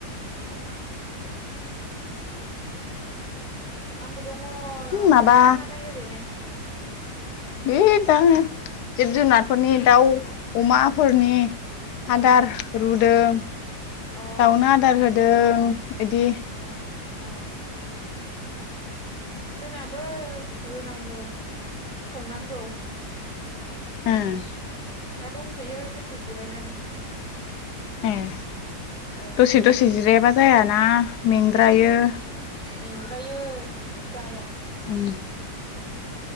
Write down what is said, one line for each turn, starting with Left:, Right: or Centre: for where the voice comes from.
Centre: औ आंबो दङ
Left: माबा
Centre: जाखांनानै ओरैनो।
Left: बे दा जिब जुनारफोरनि दाउ अमाफोरनि आदार
Centre: ओं
Left: रुदों।
Centre: अ
Left: दाउनो आदार होदों। बिदि
Centre: अ अ जोंनाबो रुनांगौ। संनांगौ ।
Left: ओम ।
Centre: दा दंथ'यो दसे जिरायनानै ।
Left: ओम
Centre: ओं
Left: दसे दसे जिरायाबा जायाना मेंद्रायो ।
Centre: मेंद्रायो जाया ।
Left: उम